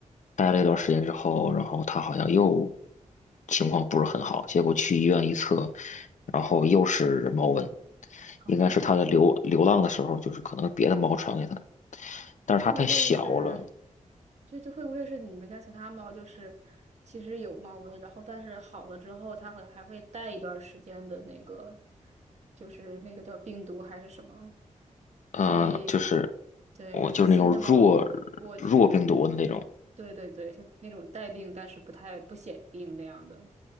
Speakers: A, on the left; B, on the right.
A: 待了一段时间之后，然后它好像又情况不是很好，结果去医院一测，然后又是猫瘟，
B: 啊！
A: 应该是它在流流浪的时候，就是可能别的猫传给它，但是它太小了，
B: 会不会是，这这会不会是你们家其他猫？就是其实有猫瘟，然后但是好了之后，它会还会带一段时间的那个，就是那个叫病毒还是什么？
A: 呃，
B: 所以，
A: 就是
B: 对，
A: 我就是那种弱
B: 就是新的猫过去。
A: 弱病毒的那种，
B: 对对对，就那种带病但是不太不显病那样的。